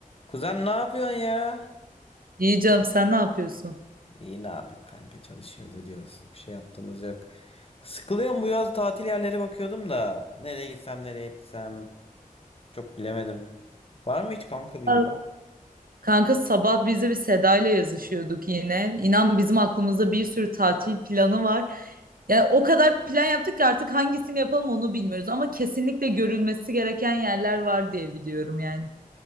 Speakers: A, on the left; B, on the right.
A: Kuzen ne yapıyorsun ya?
B: İyi canım sen ne yapıyorsun?
A: İyi ne yapayım kanka çalışıyoruz ediyoruz. Bir şey yaptığımız yok. Sıkılıyorum bu yaz tatil yerleri bakıyordum da. Nereye gitsem nereye etsem çok bilemedim. Var mı hiç kanka bir?
B: Al- Kanka sabah biz de bir Seda ile yazışıyorduk yine. İnan bizim aklımızda bir sürü tatil planı var. Yani o kadar plan yaptık ki artık hangisini yapalım onu bilmiyoruz. Ama kesinlikle görülmesi gereken yerler var diye biliyorum yani.